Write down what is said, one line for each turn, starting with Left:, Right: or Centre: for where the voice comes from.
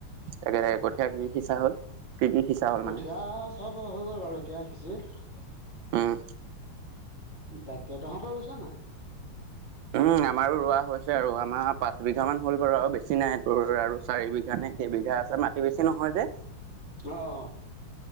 Right: একে কঠীয়া কি সিঁচা হ'ল? কি কি সিঁচা হ'ল
Left: কঠিয়ীয়া
Right: মানে
Left: চব হৈ গ'ল বাৰু এতিয়া সিঁচি।
Right: উম
Left: তাকে তহঁতৰ ৰুইছ নাই?
Right: উম আমাৰো ৰোৱা হৈছে আৰু আমাৰ পাঁচ বিঘা মান হ'ল বাৰু আৰু বেছি নাই তোৰ আৰু চাৰি বিঘা নে কেইবিঘা আছে মাটি বেছি নহয়। মই যে
Left: অ অ